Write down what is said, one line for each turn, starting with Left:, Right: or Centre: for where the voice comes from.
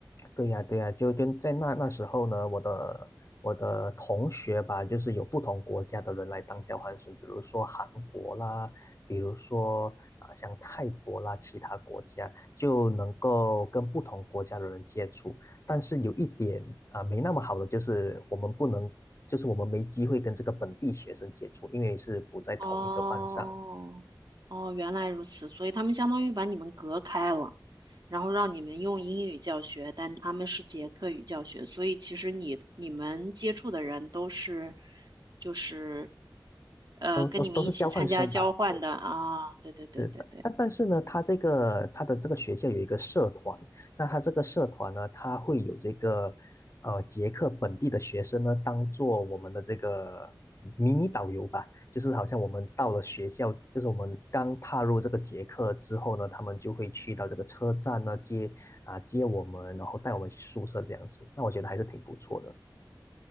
Left: 对呀，对呀，就就在那那时候呢，我的我的同学吧，就是有不同国家的人来当交换生，比如说韩国啦，比如说啊、像泰国啦，其他国家就能够跟不同国家的人接触。但是有一点啊、没那么好的就是我们不能，就是我们没机会跟这个本地学生接触，因为是不在同一个班上，
Right: 哦哦，原来如此，所以他们相当于把你们隔开了。然后让你们用英语教学，但他们是捷克语教学，所以其实你你们接触的人都是就是呃跟你们一起参加交换的啊，
Left: 都都是都是交换生吧，对。
Right: 对对对对对，
Left: 是的，但但是呢，他这个他的这个学校有一个社团，那他这个社团呢，他会有这个呃捷克本地的学生呢，当做我们的这个迷你导游吧，就是好像我们到了学校，就是我们刚踏入这个捷克之后呢，他们就会去到这个车站呢接啊接我们，然后带我们去宿舍这样子，那我觉得还是挺不错的。